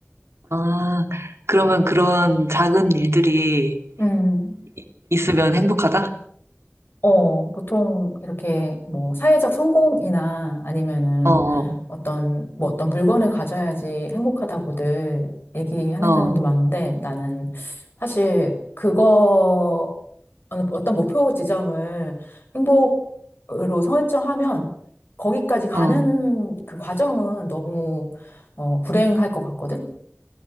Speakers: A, on the right; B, on the left.
A: 아, 그러면 그런 작은 일들이
B: 음.
A: 이- 있으면 행복하다?
B: 어, 보통 이렇게 뭐 사회적 성공이나 아니면은
A: 어, 어,
B: 어떤 뭐 어떤 물건을 가져야지 행복하다고들 얘기하는
A: 어,
B: 사람도 많은데 나는 사실 그거 어느- 어떤 목표 지점을 행복으로 설정하면 거기까지 가는
A: 어.
B: 그 과정은 너무 어, 불행할 것 같거든.